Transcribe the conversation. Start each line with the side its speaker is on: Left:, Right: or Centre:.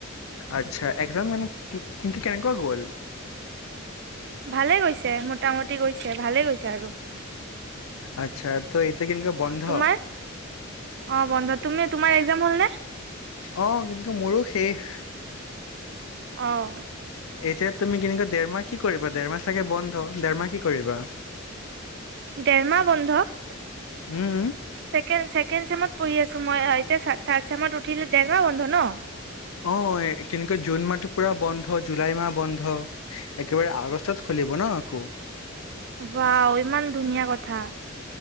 Left: আচ্ছা একজাম মানে কিন্তু কেনেকুৱা গ'ল
Right: ভালে গৈছে মোটামুটি গৈছে ভালেই গৈছে আৰু
Left: আচ্ছা ত এতিয়া কেনেকুৱা বন্ধ
Right: তোমাৰ অ বন্ধ তুমি তোমাৰ একজাম হ'ল নে
Left: অ কিন্তু মোৰো শেষ
Right: অহ
Left: এতিয়া তুমি এনেকা দেৰমাহ কি কৰিবা দেৰমাহ চাগে বন্ধ দেৰমাহ কি কৰিবা
Right: দেৰমাহ বন্ধ ছেকেণ্ড
Left: উম
Right: ছে ছেকেণ্ড চেমত পঢ়ি আছো মই এতিয়া থাৰ্ড চেমত উঠিলে ডেৰমাহ বন্ধ ন
Left: অ কেনেকে জুন মাহতো পুৰা বন্ধ জুলাই মাহ বন্ধ একেবাৰে আগষ্টত খোলিব ন আকৌ
Right: বাও ইমান ধুনীয়া কথা